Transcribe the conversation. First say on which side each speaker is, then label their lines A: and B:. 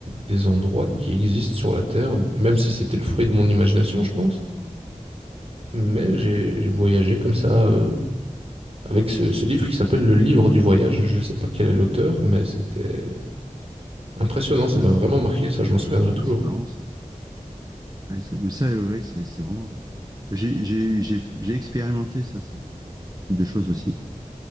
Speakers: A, on the right; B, on the right.
A: des endroits qui existent sur la Terre, même si c'était le fruit de mon imagination, je pense. Mais j'ai j'ai voyagé comme ça, euh, avec ce, ce livre qui s'appelle Le Livre du Voyage. Je sais pas quel est l'auteur, mais c'était impressionnant. Ça
B: Ah,
A: m'a vraiment
B: c'est
A: marqué, ça, je m'en souviendrai toujours.
B: ah, c'est marrant ça. Ouais, ça- Mais ça, oui, c'est c'est vraiment. J'ai j'ai j'ai- j'ai expérimenté ça, ce, ce type de choses aussi.